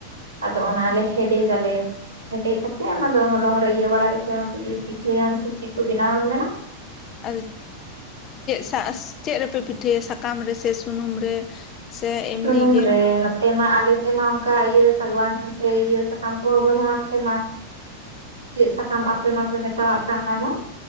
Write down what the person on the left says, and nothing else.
ᱦᱮᱸ
ᱟᱨ ᱪᱮᱫ ᱪᱮᱫ ᱨᱮᱯᱮ ᱯᱤᱴᱷᱟᱹᱭᱟ, ᱥᱟᱠᱟᱢ ᱨᱮᱥᱮ ᱥᱩᱱᱩᱢ ᱨᱮ? ᱥᱮ ᱮᱢᱱᱤ
ᱜᱮ